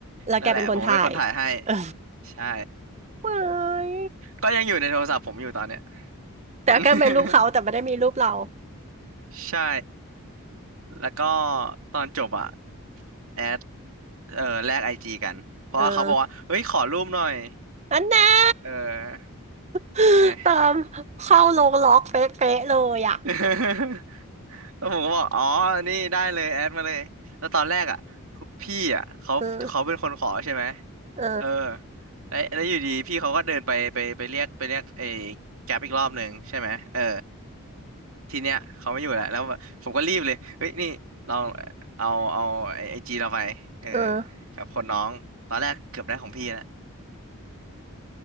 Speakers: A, on the right (about 30°); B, on the right (about 65°).
A: ล้วแกเป็นคนถ่าย
B: นั่นแหละผมเป็นคนถ่ายให้
A: <laughs> เออ
B: ใช่
A: ว้าย
B: ก็ยังอยู่ในโทรศัพท์ผมอยู่ตอนเนี้ย
A: แต่แกเป็นรูปเขาแต่ไม่ได้มีรูปเรา
B: <laughs> ใช่แล้วก็ตอนจบอ่ะแอดเออแลกไอจีกัน เพราะว่าเขาบอกว่า
A: เออ
B: เฮ้ยขอรูปหน่อย
A: อันแน่
B: เออ
A: <laughs>
B: เป็นไง
A: ตามเข้าลงล็อกเฟะๆเลยอ่ะ
B: <laughs> แล้วผมก็บอกอ๋อนี่ได้เลยแอดมาเลยแล้วตอนแรกอ่ะพี่อ่ะเขาเขาเป็นคนขอใช่ไหม
A: เออเออ
B: เออแล้วแล้วอยู่ดีพี่เขาก็เดินไปไปไปเรียกไปเรียกไอ้แก๊ปอีกรอบหนึ่งใช่ไหมเออทีเนี้ยเขาไม่อยู่แล้วแล้วผมก็รีบเลยเฮ้ยนี่ลองเอาเอาไอจีเราไปเออ
A: เออ
B: กับคนน้องตอนแรกเกือบได้ของพี่แล้ว